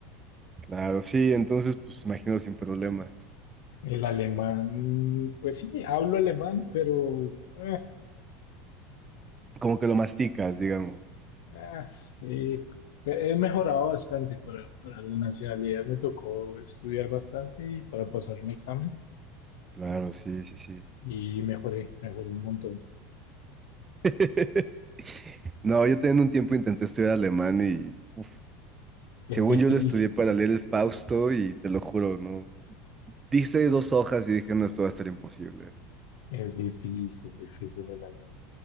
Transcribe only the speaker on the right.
Claro, sí, entonces, pues imagino sin problemas.
Como que lo masticas, digamos.
Claro, sí, sí, sí.
<laughs> No, yo también un tiempo intenté estudiar alemán y uf,
Según
yo lo estudié para
leer
el Fausto y te lo juro, no. Dice dos hojas y dije, no, esto va a estar imposible.